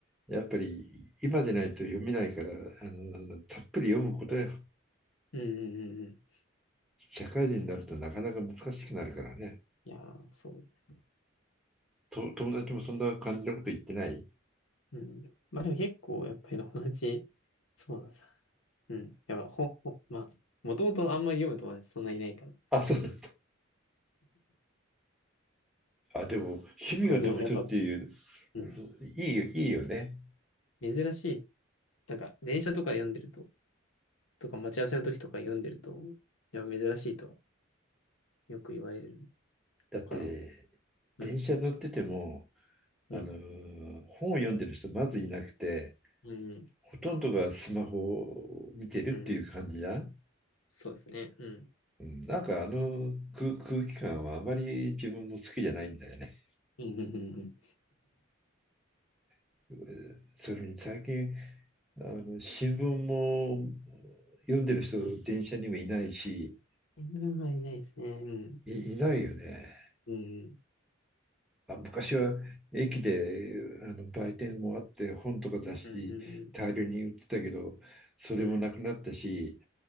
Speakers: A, in the centre; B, on the left (about 85°).
A: やっぱり今でないと読めないから、あの、たっぷり読むことよ。
B: うん、うん、うん、うん。うん
A: 社会人になるとなかなか難しくなるからね。
B: いやー、そう。
A: と、友達もそんな感じのこと言ってない
B: うん。まあでも結構、やっぱり友達、そうなんさ。うん。やっぱ本、ほまあ、もともとあんまり読む友達そんないないから。
A: あ、そうだった。あ、でも趣味が読書っていう、
B: 結構でもやっぱ、うん。
A: いいよ、いいよね。
B: 珍しい。なんか、電車とかで読んでると、とか待ち合わせの時とか読んでると、やっぱ珍しいとはよく言われる
A: だって、
B: から。うん。
A: 電車乗ってても、
B: うん。
A: あのー本を読んでる人まずいなくて、
B: うん。
A: ほとんどがスマホを見てるっていう感じだ。
B: うん。そうですね。うん。
A: うん、なんかあの空、空気感はあまり自分も好きじゃないんだよね。
B: うん。うん。
A: <laughs> うんそれに最近あの新聞も読んでる人電車にもいないし、
B: うん。うん。新聞はいないですね。うん。
A: い、いないよね。
B: うん。
A: あ、昔は駅であの売店もあって本とか雑誌大量に売ってたけど、
B: うん。うん。
A: それもなくなったし、
B: うん。うん。